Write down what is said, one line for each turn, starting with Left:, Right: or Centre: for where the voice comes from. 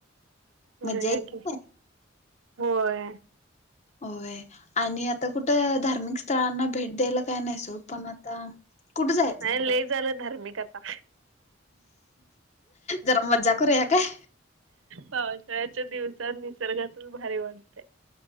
Right: करूया
Left: मज्जा येईल
Right: की होय.
Left: होय आणि आता कुठं धार्मिक स्थळांना भेट द्यायला. काय नाही सोड पण आता कुठे जायचं
Right: नाही
Left: मुला
Right: लय झालं धार्मिक आता.
Left: जरा मजा कर या काय.
Right: पावसाळ्याच्या दिवसात निसर्गातून भारी बनते.